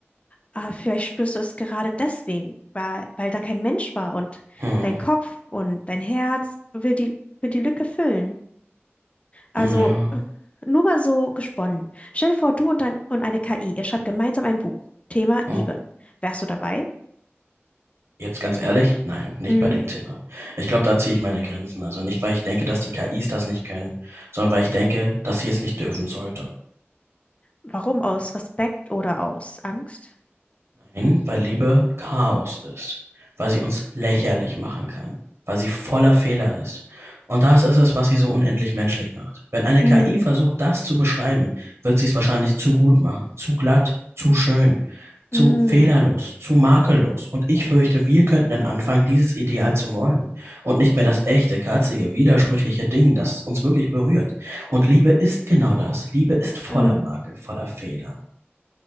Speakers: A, on the left; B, on the right.
A: aber vielleicht spürst du es gerade deswegen, weil, weil da kein Mensch war und
B: Hm.
A: dein Kopf und dein Herz will die, will die Lücke füllen. Also
B: Ja,
A: äh, nur mal so gesponnen. Stell dir vor, du und, dein, und eine KI, ihr schreibt gemeinsam ein Buch. Thema
B: ja.
A: Liebe. Wärst du dabei?
B: jetzt ganz ehrlich, nein, nicht
A: Mhm.
B: bei dem Thema. Ich glaube, da ziehe ich meine Grenzen. Also nicht, weil ich denke, dass die KIs das nicht können, sondern weil ich denke, dass sie es nicht dürfen sollte.
A: Warum? Aus Respekt oder aus Angst?
B: Nein, weil Liebe Chaos ist, weil sie uns lächerlich machen kann, weil sie voller Fehler ist. Und das ist es, was sie so unendlich menschlich macht. Wenn eine
A: Mhm.
B: KI versucht, das zu beschreiben, wird sie es wahrscheinlich zu gut machen, zu glatt, zu schön. zu
A: Mm,
B: fehlerlos, zu makellos. Und ich fürchte, wir könnten dann anfangen, dieses Ideal zu wollen und nicht mehr das echte, katzige, widersprüchliche Ding, das uns wirklich berührt. Und Liebe ist genau das. Liebe ist voller
A: mm,
B: Makel, voller Fehler.